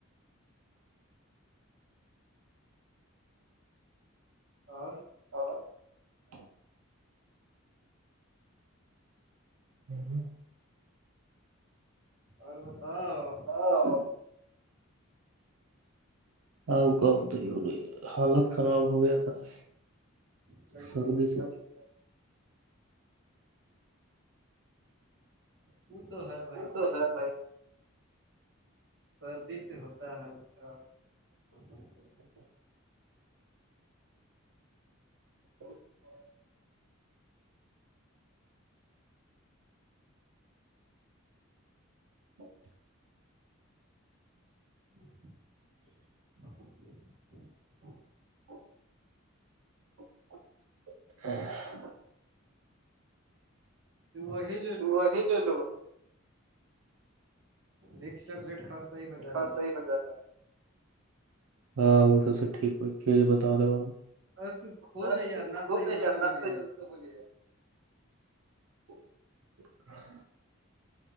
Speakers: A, on the right; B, on the right.
A: اور
B: ہاں <inaudible> ہوں ہوں <inaudible>
A: اور بتا <inaudible>
B: ہوں آؤ گؤ تو ہی ہو رہی حالت خراب ہو گیا تھا <unintelligible>
A: کیسے
B: سرو بی سر <unintelligible>
A: وہ تو ہے بھائی
B: تو
A: کی
B: ہے بھائی
A: سردی سے ہوتا ہے ہلکاا <unintelligible>
B: جی <inaudible> ا <inaudible> ج <unintelligible>
A: <inaudible>
B: ہ <unintelligible>
A: تو وہ ہی
B: توح ل لو <unintelligible>
A: و چاکلیٹ <unintelligible> ہو جائے گا
B: ا صحی بن جائے گا <unintelligible> ہاں وہ سب سے ٹھیک ہو کہے بتا د دوا <unintelligible>
A: ارے تو کھو
B: اب
A: نا یار
B: تو
A: نہ
B: ہو
A: صحیح
B: نہیں
A: تو
B: ار
A: بولیے
B: نس <unintelligible> تو بلیے <unintelligible>